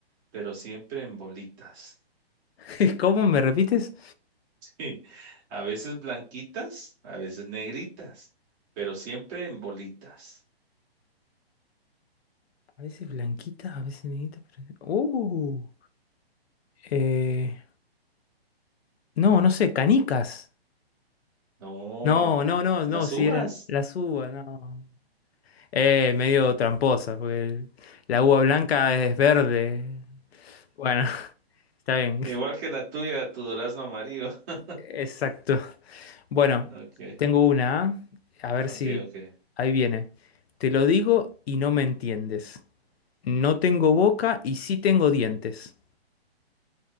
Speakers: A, on the right; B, on the left.
A: pero siempre en bolitas. <laughs>
B: <laughs> ¿Cómo me repites?
A: Sí, a veces blanquitas, a veces negritas, pero siempre en bolitas.
B: A veces blanquita, a veces negrita. pero- Uh, eh, no, no sé, canicas.
A: No,
B: No, no, no, no,
A: las
B: si
A: uvas,
B: eran las uvas, no. Eh, medio tramposa, porque la uva blanca es verde. Bueno, <laughs> está bien,
A: igual que la tuya, tu durazno amarillo. <laughs>
B: exacto. Bueno,
A: Ok,
B: tengo una, ¿ah? A ver
A: ok,
B: si
A: ok.
B: ahí viene. Te lo digo y no me entiendes. No tengo boca y sí tengo dientes.